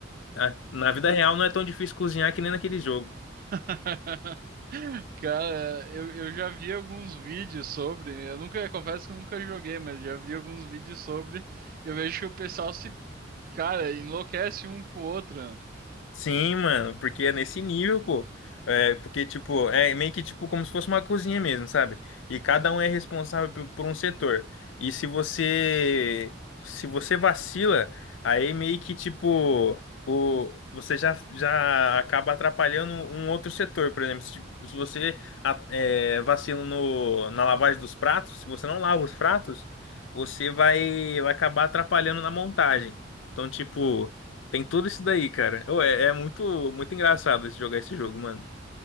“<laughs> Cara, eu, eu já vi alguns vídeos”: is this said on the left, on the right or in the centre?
Right